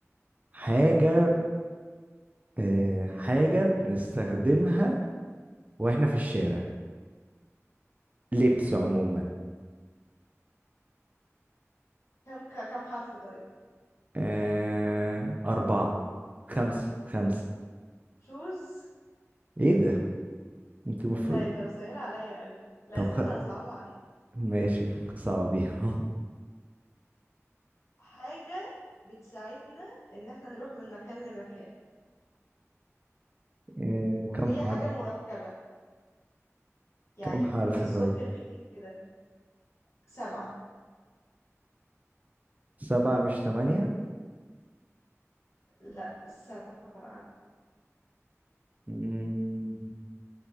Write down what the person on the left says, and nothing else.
مم. كم ك- كم حرف طيب
شوز
لا انت مسهلة عليا قوي لا
استنى
أنا هصعبها عليك
حاجة بتساعدنا إن احنا نروح من مكان لمكان
وهي
حاجة مركبة يعني
تحسهم
كلمتين كده سبعة
لا سبعة